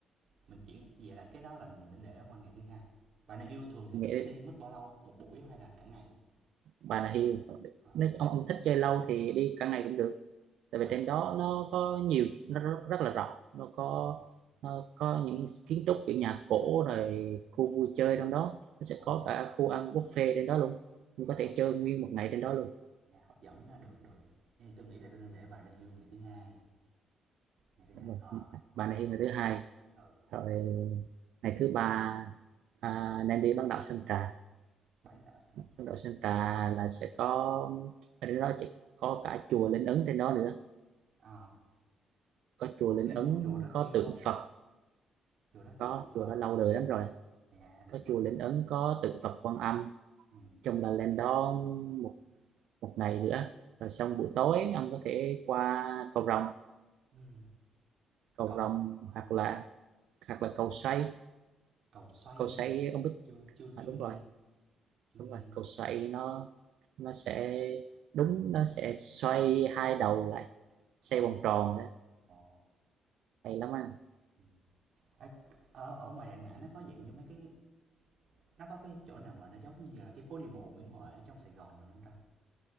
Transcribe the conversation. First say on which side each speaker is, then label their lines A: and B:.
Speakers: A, on the right (about 60°); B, on the right (about 80°).
A: mình chỉ vậy là cái đó là mình nên để qua ngày thứ hai Bà Nà Hills thường thì
B: Thì
A: mình
B: nghĩ
A: sẽ đi mất bao lâu một buổi không hay là cả ngày không
B: Bà Nà Hills
A: Ờ,
B: nếu ông ông thích chơi lâu thì đi cả ngày cũng được tại
A: Uầy,
B: vì trên đó nó có nhiều nó rất, rất là rộng nó có
A: ờ,
B: nó có những kiến trúc kiểu nhà cổ rồi khu vui chơi trong đó nó sẽ
A: ồ,
B: có cả khu ăn buffet trên đó luôn mình
A: dạ
B: có thể
A: hấp,
B: chơi nguyên một ngày trên đó luôn
A: dạ hấp dẫn ha, được được. Thì tôi nghĩ là tôi nên để bà Lê Hưu ngày thứ hai, ngày thứ hai.
B: Đúng rồi.
A: Ờ,
B: Bà Nà Hills ngày thứ hai
A: ừ,
B: rồi
A: chắc tôi
B: ngày thứ ba à, nên đi bán đảo Sơn Trà
A: bán đảo Sơn
B: Ấn
A: Trà.
B: Độ Santa là sẽ có ở đó chỉ có cả chùa Linh Ứng trên đó nữa
A: Ờ,
B: có chùa Linh
A: Thiên
B: Ứng
A: ông chùa đó
B: có
A: Thiên ông
B: tượng
A: không?
B: Phật
A: Chùa đó kiểu,
B: có chùa
A: ờ,
B: đó lâu đời lắm rồi
A: Dạ, được
B: có chùa
A: quá
B: Linh
A: nha.
B: Ứng có tượng Phật Quan Âm
A: Ừm,
B: chung là lên đó một một ngày nữa rồi xong buổi tối ông có thể qua cầu Rồng
A: ừm,
B: cầu
A: còn,
B: Rồng
A: ờ,
B: hoặc là hoặc là cầu Xoay
A: cầu xoay
B: cầu
A: gì
B: Xoay
A: nữa,
B: ông biết
A: Chưa chưa
B: à,
A: chưa
B: đúng
A: nghe,
B: rồi
A: chưa
B: đúng
A: nghe
B: rồi
A: nha.
B: cầu Xoay nó nó sẽ đúng nó sẽ xoay hai đầu lại xoay
A: Ờ,
B: vòng tròn đó
A: ồ,
B: hay lắm anh
A: ừm. Ấy, ở ở ngoài Đà Nẵng nó có dạng như mấy cái nó có cái chỗ nào mà nó giống như là cái phố đi bộ Nguyễn Huệ ở trong Sài Gòn mình hông ta?